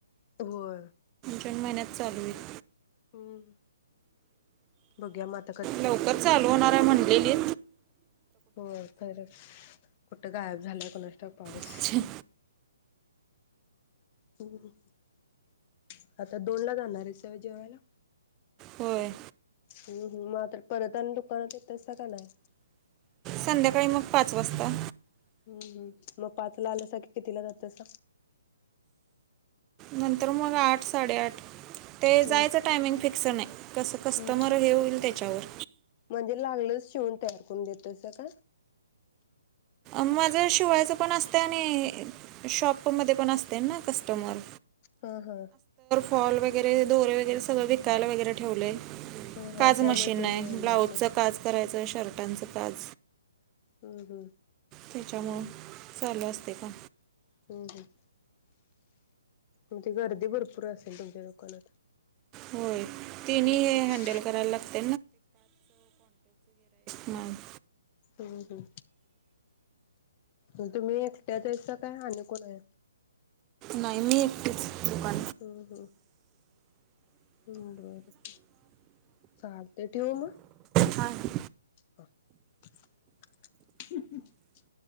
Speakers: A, on the left (about 30°); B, on the right (about 20°).
A: होय
B: जून महिन्यात चालू आहे
A: ह् बघ्या मात
B: लवकर चालू होणार आहे म्हणटलेली
A: हो खर कुठ गायब झाला एकोणासठ पाऊस
B: नाही
A: ह् आता दोन ला जाणार आहे सवय जेवायला
B: होय
A: हम्म हम मात्र परत दुकानात येतचता का नाही
B: संध्याकाळी मग पाच वाजता
A: हम्म हम् मग पाचला आलं कितिला जातस
B: नंतर मग आठ साडेआठ. ते
A: हम्म
B: जायच टायमिंग फिक्स नाही. कस कस्टमर
A: हम्म
B: हे होईल त्या.. <inaudible>
A: म्हणजे लागलच शिवून तयार करून देत अस का.
B: माझ शिवायच पण असत आणि शॉप मध्ये पण असते ना कस्टमर.
A: हा हा
B: हॉल वगैरे दोर वगैरे सगळे वि त्याला वेगळे ठेवले
A: हा हा
B: काच
A: त्यामुळे
B: मशीन
A: ते
B: आहे
A: नाही
B: ब्लाउज
A: ते
B: च काच करायच. <inaudible> शर्टांच काच
A: हम् हम्
B: त्याच्यामुळ चालू असते का?
A: हम्म हम्म मग त गर्दी भरपूर असेल तुमच्या दुकानात.
B: होय तिनी
A: हम्म
B: हे
A: हम्म
B: हँडल करायला लागत. <inaudible>
A: हम् हम हम् तुम्ही एकट्या द्यायसा काय आणि कोन आहे.
B: नाही मी एकटेच दुका
A: हम् हम्म.. ह् बर चाल ते ठेवू मग.
B: हां
A: ह